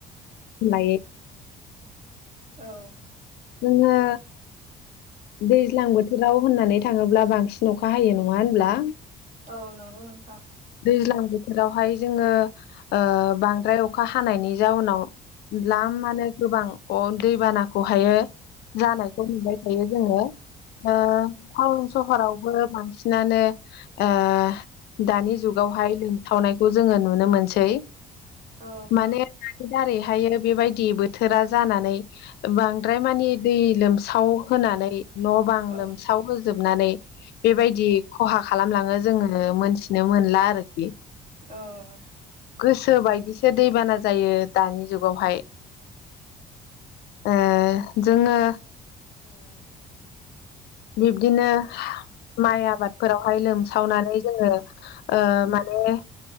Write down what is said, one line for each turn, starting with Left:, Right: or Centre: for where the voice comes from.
Left: <unintelligible> ओह
Right: औ औ
Left: जोङो दैज्लां बोथोराव होननानै थाङोब्ला बांसिन अखा हायो नङा होनब्ला
Right: औ नंगौ नोंथां
Left: दैज्लां बोथोरावहाय जोङो ओह बांद्राय अखा हानायनि जाउनाव दाल्मानो गोबां अ दैबानाखौहायो जानायखौ मोनबाय थायो जोङो ओह टाउन सहरावबो बांसिनानो ओह दानि जुग बेवहाय लोमफावनायखौ जोङो नुनो मोनसै
Right: औ
Left: माने बेफोर दारैहायो बेबायदि बोथोरा जानानै बांद्राय मानि दै लोमसाव होनानै न' बां
Right: औ
Left: लोमसाव होजोबनानै जोबनानै बेबायदि खहा खालामलाङो जोङो मोनथिनो मोनला आरोखि
Right: औ
Left: गोसो बायदिसो दैबाना जायो दानि जुगावहाय ओह जोङो बिब्दिनो माइ आबादफोरावहाय लोमसावनानै जोङो ओह माने